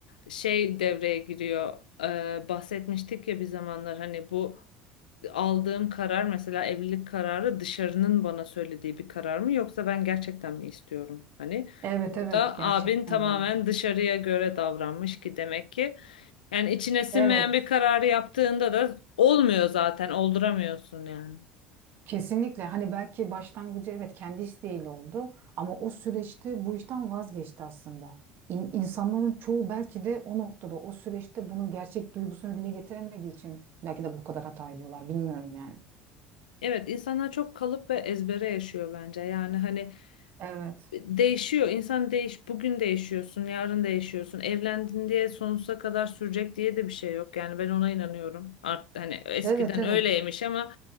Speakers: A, on the left; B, on the right.
A: şey devreye giriyor. Ee, bahsetmiştik ya bir zamanlar hani bu aldığım karar mesela evlilik kararı dışarının bana söylediği bir karar mı yoksa ben gerçekten mi istiyorum? Hani
B: evet
A: burada
B: evet gerçekten
A: abin tamamen
B: doğru.
A: dışarıya göre davranmış ki demek ki yani içine sinmeyen
B: Evet.
A: bir kararı yaptığında da olmuyor zaten olduramıyorsun yani.
B: Kesinlikle hani belki başlangıcı evet kendi isteğiyle oldu ama o süreçte bu işten vazgeçti aslında. İn, insanların çoğu belki de o noktada o süreçte bunu gerçek duygusunu dile getiremediği için belki de bu kadar hata ediyorlar bilmiyorum yani.
A: Evet insanlar çok kalıp ve ezbere yaşıyor bence. Yani hani
B: Evet.
A: değişiyor. insan değiş bugün değişiyorsun, yarın değişiyorsun. Evlendin diye sonsuza kadar sürecek diye de bir şey yok. Yani ben ona inanıyorum. Art hani eskiden
B: Evet evet.
A: öyleymiş ama